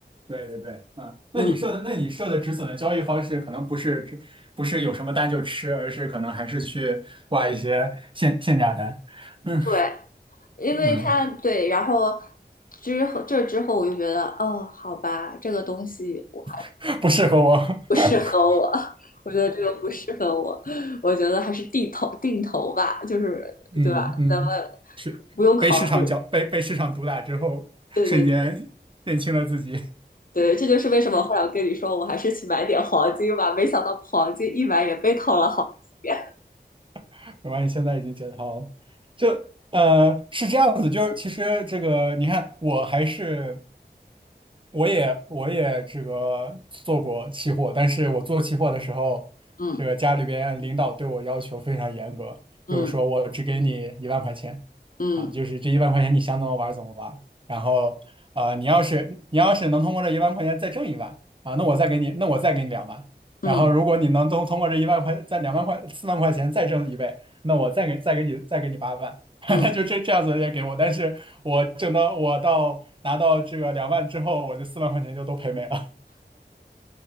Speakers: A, on the right; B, on the left.
A: 对对对，嗯，那你设的那你设的止损的交易方式，
B: 嗯，
A: 可能不是只不是有什么单就吃，而是可能还是去挂一些限限价单。嗯
B: 对，因为它对，
A: 嗯，
B: 然后之后这之后我就觉得，哦，好吧，这个东西。我。
A: <laughs> 不适合我。
B: 不适合我，
A: <laughs>
B: <laughs> 我觉得这个不适合我，我觉得还是定投定投吧，就是对吧？
A: 嗯嗯，
B: 咱们
A: 是被市场搅被被市场毒打之后，
B: 不用考虑对对
A: 瞬间认清了自己。
B: 对，这就是为什么后来我跟你说，我还是去买点黄金吧，没想到黄金一买也被套了好几遍，
A: <laughs> 我发现现在已经解套了。就呃是这样子，就是其实这个你看，我还是。我也我也这个做过期货，但是我做期货的时候，
B: <laughs> 嗯
A: 这个家里边领导对我要求非常严格，
B: 嗯
A: 就是说我只给你一万块钱，
B: 嗯
A: 啊，就是这一万块钱你想怎么玩儿怎么玩儿，然后啊、呃你要是你要是能通过这一万块钱再挣一万啊，那我再给你那我再给你两万，
B: 嗯
A: 然后如果你能通通过这一万块再两万块四万块钱再挣一倍，那我再给再给你再给你八万 <laughs>
B: 嗯，
A: 那就这这样子也给我，但是我挣到我到拿到这个两万之后，我这四万块钱就都赔没了。